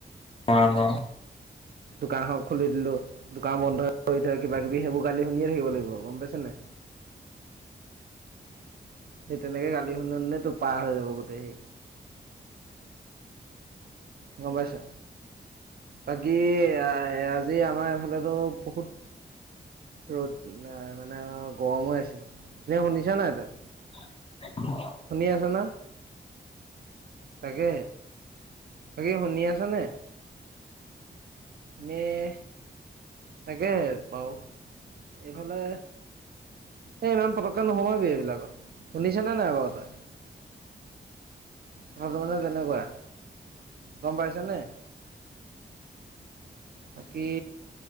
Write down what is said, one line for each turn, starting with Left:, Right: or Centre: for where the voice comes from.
Left: নোৱাৰো নোৱাৰো
Right: দোকান হক খুলি দিলো দোকান বন্ধ হৈ থয় কিবা কিবি সেইবোৰ গালি শুনিয়ে থাকিব লাগিব। গম পাইছা নাই সেই তেনেকে গালি শুনি শুনি তোৰ পাৰ হৈ যাব গোতেই সেই। গম পাইছা বাকী আ আ আজি আমাৰ এফালে টো বহুত ৰ'দ না মানে গৰম হৈ আছে এ শুনিছ নাই তই
Left: <unintelligible>
Right: শুনি আছ না তাকে তাকে শুনি আছ নে? এনেই তাকে পাওঁ এইফালে এ ইমান পতককৈ নোসোমাবি এইবিলাকত শুনিছ নে নাই বাৰু তই কথাটো মানে তেনেকুৱা গম পাইছে নে বাকী